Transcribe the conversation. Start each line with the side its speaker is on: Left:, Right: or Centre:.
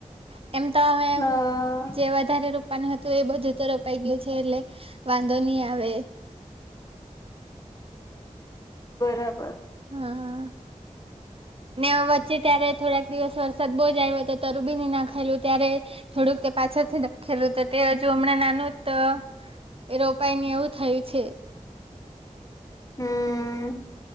Right: તમતો હમે
Left: હા
Right: જેવા જ વધારે રોપવાનું હતું એ બધું તો રોપાઈ ગયું છે એટલે વાંધો નહી આવે.
Left: બરાબર.
Right: હા હાં. ને વચ્ચે ત્યારે થોડાક દિવસ વરસાદ બોજ આયવો, તો તરું બી ની નાખેલું ત્યારે. થોડુંક તે પાછદથી દખેલું તો તે હજુ અમણાં નાનું જ તો એ રોપાઈ ની એવું થયું છે.
Left: હમ્મ